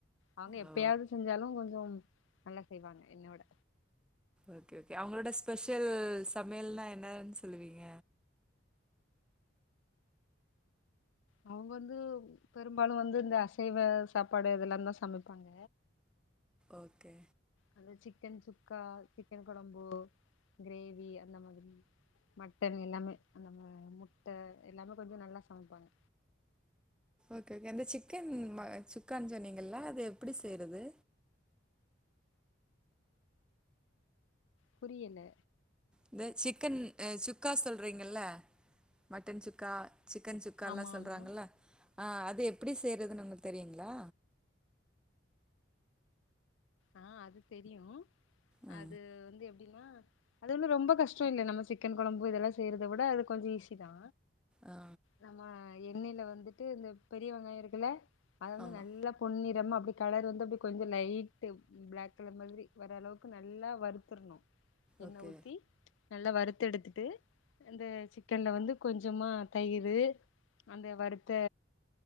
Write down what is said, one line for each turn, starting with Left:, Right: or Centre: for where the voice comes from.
Left: அவுங்க எப்பயாவ்து
Centre: ஓ
Left: செஞ்சாலு கொஞ்சொ நல்லா செய்வாங்க என்னயோட
Centre: ஓகே ஓகே அவுங்களோட ஸ்பெஷல் சமையல்னா என்னான் சொல்லுவீங்க
Left: அவுங்க வந்து பெரும்பாலு‌வந்து இந்த அசைவ சாப்பாடு இதெல்லாந்தா சமைப்பாங்க
Centre: ஓகே
Left: அந்த சிக்கன் சுக்கா சிக்கன் கொழம்பு கிரேவி அந்த மாதிரி மட்டன் எல்லாமே அந்த ம முட்ட எல்லாமே கொஞ்ச நல்லா சமைப்பாங்க
Centre: ஓகே ஓகே அந்த சிக்கன் ம சுக்கான் சொன்னீங்கள்ல அத எப்புடி செய்றது
Left: புரியல
Centre: இந்த சிக்கன் சுக்கா சொல்றீங்கல்ல மட்டன் சுக்கா சிக்கன் சுக்கான்லா
Left: ஆமா
Centre: சொல்றாங்கள்ல
Left: ஆமா
Centre: ஆ அது எப்டி செய்றதுன் உங்ளுக் தெரியுங்ளா?
Left: ஆ அது தெரியு
Centre: ஆ
Left: அது வந்து எப்டின்னா அது ஒன்னு ரொம்ப கஷ்டொ இல்ல நம்ம சிக்கன் கொழம்பு இதெல்லா செய்றத விட அது கொஞ்ச ஈஸிதா
Centre: ஆ
Left: நம்ம எண்ணெய்ல வந்துட்டு இந்த பெரிய வெங்காய இருக்குல்ல அத வந்து
Centre: ஆமா
Left: நல்லா பொன்னிறமா அப்டி கலர் வந்து அப்டி கொஞ்ச லை ட்டு பிளாக் கலர் மாதிரி வர அளவுக்கு நல்லா வறுத்துர்ணு எண்ண
Centre: ஓகே
Left: ஊத்தி நல்லா வறுத்தெடுத்துட்டு அந்த சிக்கன்ல வந்து கொஞ்சமா தயிரு அந்த வறுத்த